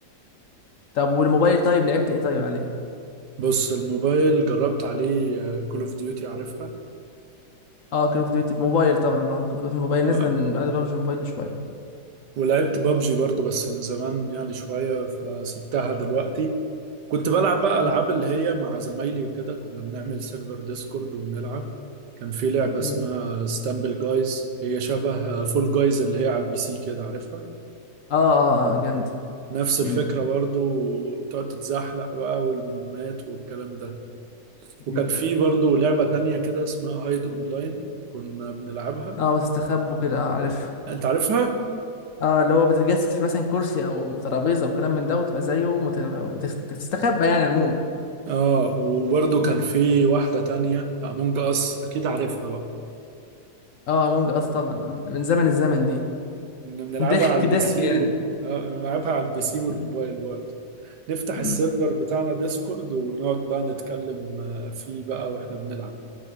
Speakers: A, on the left; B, on the right.
A: طب والموبايل طيب لعبت إيه طيب عليه؟
B: بص الموبايل جربت عليه كول اوف ديوتي عارفها
A: اه كول اوف ديوتي موبايل طبعا اه كول اوف ديوتي موبايل
B: آه،
A: نزل من بعد بابجي موبايل بشويه
B: ولعبت بابجي برضو بس من زمان يعني شويه فسبتها دلوقتي كنت بلعب بقى
A: مم.
B: العاب اللي هي مع زمايلي وكده كنا بنعمل سيرفر ديسكورد وبنلعب كان في لعبة
A: مم.
B: اسمها ستامبل جايز هي شبه فول جايز اللي هي على البي سي كده عارفها
A: اه اه اه جامده
B: نفس
A: مم.
B: الفكرة برضو وتقعد تتزحلق بقى والمهمات والكلام ده وكان
A: مم.
B: في برضو لعبة تانية كده اسمها هايد اونلاين كنا بنلعبها
A: اه وتستخبوا كده اه عارف
B: انت عارفها؟
A: اه اللي هو بتتجسد في مثلا كرسي او ترابيزه او كلام من ده وتبقى زيه ومت- وتستخبى يعني عموما
B: اه وبرضو
A: مم.
B: كان في واحدة تانية امونج اس اكيد عارفها بقى
A: اه امونج اس طبعا آه. من زمن الزمن دي
B: كنا بنلعبها
A: ضحك
B: على البي
A: ضحك
B: سي
A: يعني
B: و... آه، بنلعبها على البي سي والموبايل
A: مم.
B: برضو نفتح
A: امم
B: السيرفر بتاعنا ديسكورد ونقعد بقى نتكلم آه، فيه بقى واحنا بنلعب